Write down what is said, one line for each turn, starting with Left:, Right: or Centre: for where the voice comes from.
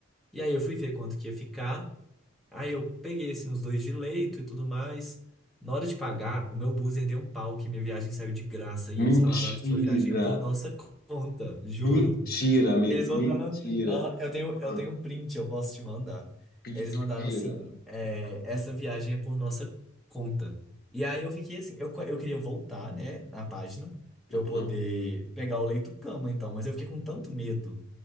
Centre: E aí eu fui ver quanto que ia ficar. Aí eu peguei assim os dois de leito e tudo mais. Na hora de pagar, o meu buzzer deu um pau que minha viagem saiu de graça e eles
Left: Mentira!
Centre: falaram, "Ah, a sua viagem é por nossa conta, juro.
Left: Mentira, amigo.
Centre: Eles
Left: Mentira.
Centre: mandaram assim, ah, eu tenho eu
Left: Ah,
Centre: tenho um print, eu posso te mandar.
Left: Mentira.
Centre: Eles mandaram assim, é,
Left: Ah,
Centre: essa viagem é por nossa conta. E aí eu fiquei assim, eu, eu queria voltar, né, na página pra
Left: Aham.
Centre: eu poder pegar o leito cama então, mas eu fiquei com tanto medo